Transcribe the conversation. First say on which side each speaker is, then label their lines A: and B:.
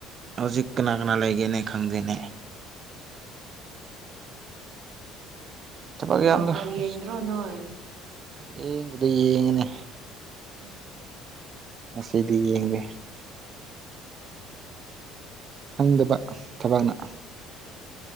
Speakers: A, on the right; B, on the right.
A: ꯍꯧꯖꯤꯛ ꯀꯅꯥ ꯀꯅꯥ ꯂꯩꯒꯦꯅꯦ ꯈꯪꯗꯦꯅꯦ ꯊꯕꯛ
B: ꯋꯥꯔꯜ
A: ꯌꯝꯃꯤꯗ
B: ꯀꯞ
A: ꯑꯁ
B: ꯌꯦꯡꯗ꯭ꯔꯣ ꯅꯣꯏ
A: ꯌꯦꯡꯕꯨꯗꯤ ꯌꯦꯡꯉꯤꯅꯦ
B: <inaudible>
A: ꯉꯁꯤꯗꯤ ꯌꯦꯡꯗꯦ ꯁꯪꯗꯕ ꯊꯕꯛꯅ